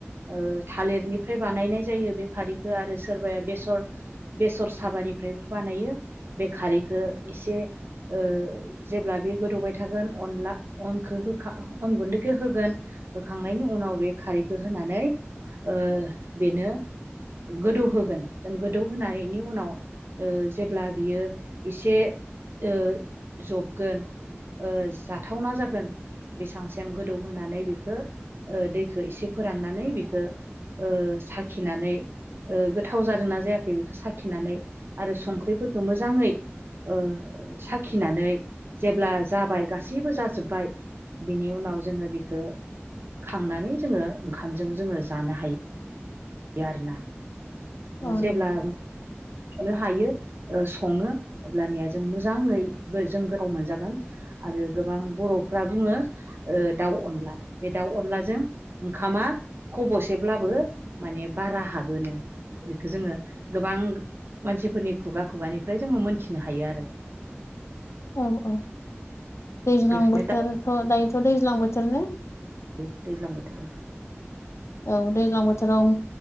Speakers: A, on the right; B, on the left.
A: ओ थालिरनिफ्राय बानायनाय जायो बे खारैखौ आरो सोरबाया बेसर बेसर साबा निफ्रायबो बानायो बे खारैखौ एसे ओ जेब्ला बे गोदौबाय थागोन अनला अनखौ होखा अन गुन्दैखौ होगोन होखांनायनि उनाव बे खारैखौ होनानै ओ बेनो गोदौ होगोन जों गोदौ होनायनि उनाव ओ जेब्ला बियो इसे ओ जबगोन ओ जाथावना जागोन बेसां सेम गोदौ होनानै बेखौ ओ दैखौ एसे फोराननानै बेखो ओ साखिनानै ओ गोथाव जादोंना जायाखै बेखौ साखिनानै आरो संख्रिफोरखौ मोजाङै ओ साखिनानै जेब्ला जाबाय गासैबो जाजोब्बाय बिनि उनाव जोङो बिखौ खांनानै जोङो ओंखामजों जोङो जानो हायो आरोना।
B: औ
A: जेब्ला
B: नंगौ
A: <inaudible> हायो सङो अब्लानिया जों मोजाङै जों गोथाव मोनजागोन आरो गोबां बर'फ्रा बुङो ओ दाउ अनला बे दाउ अनलाजों ओंखामा खब'सेब्लाबो माने बारा हाबोनो। बेखौ जोङो गोबां मानसिफोरनि खुगा खुगानिफ्राय जोङो मोनथिनो हायो आरो।
B: औ औ दैज्लां
A: बेखायनो
B: बोथोरथ'
A: दा
B: दायोथ' दैज्लां बोथोर ना?
A: औ दैज्लां बोथोर औ
B: औ दैज्लां बोथोराव